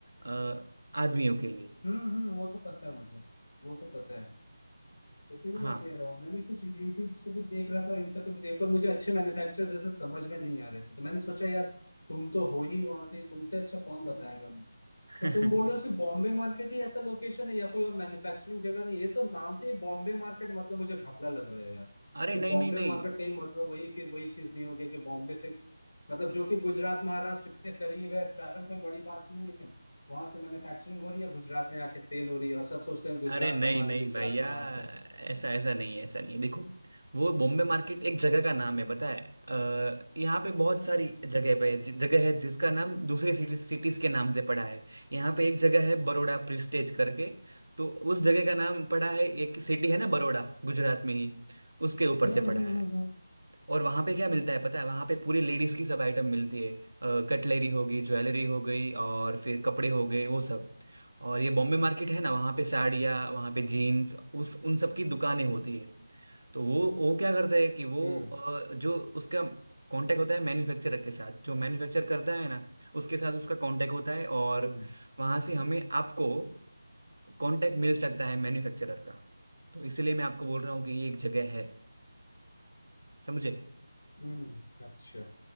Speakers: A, on the right; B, on the left.
A: अ, आदमियों के लिए
B: हम्म, हम्म, वो तो पता है मुझे वो तो पता है इसीलिए
A: हाँ
B: मैं कह रहा हूँ मैंने कुछ यूट्यूब से भी देख रहा था और इन सब पे भी देख पर मुझे अच्छे मैन्युफैक्चरर्स जैसे समझ में नहीं आ रहे थे तो मैंने सोचा यार तुम तो हो ही वहां थे तुमसे अच्छा कौन बताएगा मुझे
A: <laughs>
B: तो तुम बोल रहे हो सिर्फ बॉम्बे मार्केट ही ऐसा लोकेशन है या कोई और मैन्युफैक्चरिंग जगह नहीं है ये तो नाम से ही बॉम्बे मार्केट मतलब मुझे घपला लग रहा है यार
A: अरे
B: कि
A: नहीं
B: बॉम्बे
A: नहीं नहीं
B: मार्केट कहीं मतलब वही फिर वही चीज नहीं होगी कि बॉम्बे से मतलब जो कि गुजरात महाराष्ट्र इतने करीब है ट्रैवल कोई बड़ी बात नहीं है वहां से मैन्युफैक्चरिंग हो रही है गुजरात में आके सेल हो रही है और सब सोचते हैं गुजरात
A: अरे नहीं
B: का माल
A: नहीं
B: है गुजरात
A: भैया
B: का माल
A: ऐसा ऐसा नहीं है ऐसा नहीं है देखो वो बॉम्बे मार्केट एक जगह का नाम
B: है
A: है पता है अ, यहाँ पे बहुत सारी
B: हम्म
A: जगह पे जि- जगह है जिसका नाम दूसरे सिटी सिटीज के नाम से पड़ा है यहाँ पे एक जगह है बड़ौदा प्रिस्टेज करके तो उस जगह का नाम पड़ा है एक सिटी है ना बड़ौदा गुजरात में ही उसके ऊपर
B: हम्म
A: से पड़ा
B: हम्म
A: है
B: हम्म
A: और वहां पे क्या मिलता है पता है वहां पे पूरी लेडीज की सब आइटम मिलती है कटलरी हो गई ज्वेलरी हो गई और फिर कपड़े हो गए वो सब और ये बॉम्बे मार्केट है ना वहां पे साड़ियाँ वहां पे जीन्स उस उन सब की दुकानें होती है तो वो वो क्या करता है कि वो
B: हम्म
A: अ, जो उसका कांटेक्ट होता है मैन्युफैक्चरर के साथ जो मैन्युफैक्चर करता है ना उसके साथ उसका कांटेक्ट होता है और
B: हम्म
A: वहां से हमें आपको कांटेक्ट मिल सकता है मैन्युफैक्चरर का तो इसीलिए मैं आपको बोल रहा हूँ कि ये एक जगह है समझे
B: हम्म, अच्छा